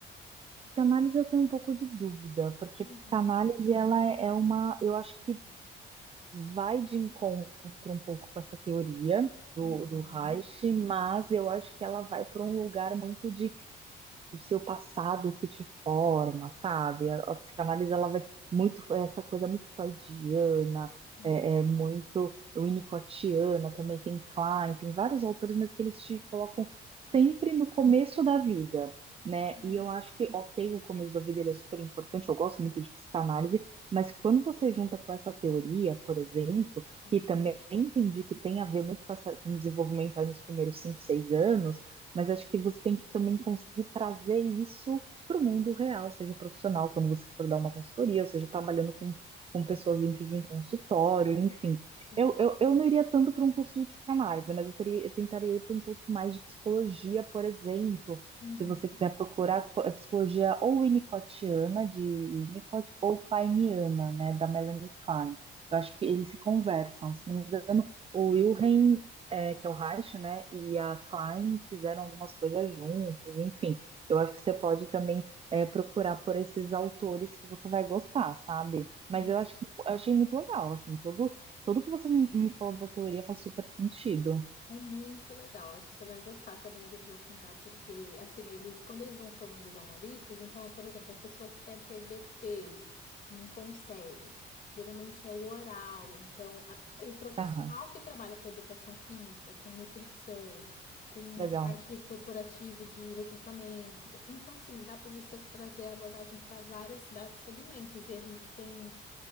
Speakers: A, on the right; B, on the left.
A: psicanálise eu tenho um pouco de dúvida, porque
B: uhum,
A: psicanálise ela é é uma, eu acho que vai de encontro um pouco com essa teoria do,
B: uhum,
A: do Reich, mas eu acho que ela vai para um lugar muito de o seu passado que te forma, sabe? A, a psicanálise ela vai muito é essa coisa muito freudiana,
B: uhum,
A: é, é muito winnicottiana também tem Klein, tem vários autores, mas que eles te colocam sempre no começo da vida. Né?
B: uhum,
A: E eu acho que, ok, o começo da vida ele é super importante, eu gosto muito de psicanálise, mas quando você junta com essa teoria, por exemplo,
B: uhum,
A: que também entendi que tem a ver muito com, essa, com o desenvolvimento aí nos primeiros 5, 6 anos, mas acho que você tem que também conseguir trazer isso para o mundo real, seja profissional, quando você for dar uma consultoria, ou seja, trabalhando com, com pessoas dentro de um consultório, enfim.
B: sim,
A: Eu, eu, eu não iria tanto para um curso de psicanálise, mas eu, teria, eu tentaria ir para um curso mais de psicologia, por exemplo.
B: uhum,
A: Se você quiser procurar é psicologia ou winnicottiana, de Winnicott, ou kleiniana, né, da Melanie Klein. Eu acho que eles se conversam, se não me engano, o Wilhelm é, que é o Reich, né, e a Klein fizeram algumas coisas juntos, enfim. Eu acho que você pode também é, procurar por esses autores que você vai gostar, sabe? Mas
B: uhum.
A: eu acho que eu achei muito legal, assim, todo, tudo que você me, me falou da teoria faz super sentido.
B: É muito legal, acho que você vai gostar também de aprofundar, porque assim, eles, quando eles vão formando os analistas, então é, por exemplo, a pessoa que quer perder peso e não consegue, geralmente é o oral, então a- o profissional
A: Aham,
B: que trabalha com educação física, com nutrição, com
A: legal.
B: a parte corporativa de recrutamento, então assim, dá para você trazer a abordagem para vários, vários segmentos, e eles têm